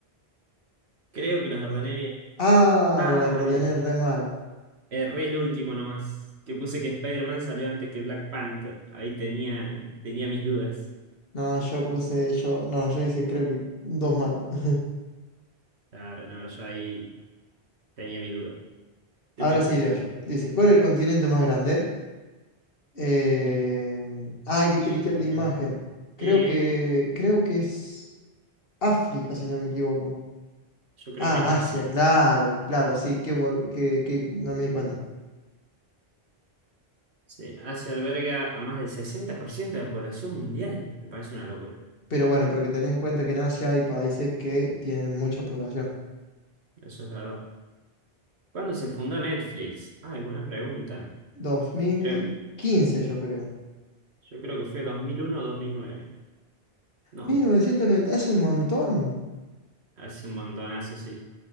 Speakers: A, on the right; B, on the left.
A: creo que las ordené bien.
B: Ay,
A: Ay,
B: la ordené re mal.
A: Erré el último nomás, que puse que Spider-Man salió antes que Black Panther. Ahí tenía, tenía mis dudas.
B: No, yo puse, yo, no, yo hice creo que dos mal. <laughs>
A: Claro, no, yo ahí tenía mi duda. Te
B: Ahora
A: toca.
B: sí leo yo. Dice, ¿cuál es el continente más grande? Eh,
A: Bien.
B: ah, hay que cliquear
A: Yo, diría
B: la imagen. Creo
A: que-
B: que, creo que es África, si no me equivoco.
A: yo creo
B: Ah,
A: que es Asia.
B: Asia, claro, claro, sí, que, vol- que, que no me di cuenta.
A: Sí, Asia alberga a más del 60% de la población mundial. Me parece una locura.
B: Pero bueno, porque tened en cuenta que en Asia hay países que tienen mucha población.
A: Eso es verdad. ¿Cuándo se fundó Netflix? Ay, buena pregunta.
B: Dos mil
A: Creo,
B: quince, yo creo.
A: yo creo que fue 2001 o 2009. No,
B: Mil novecientos noventa. hace un montón.
A: hace un montonazo, sí.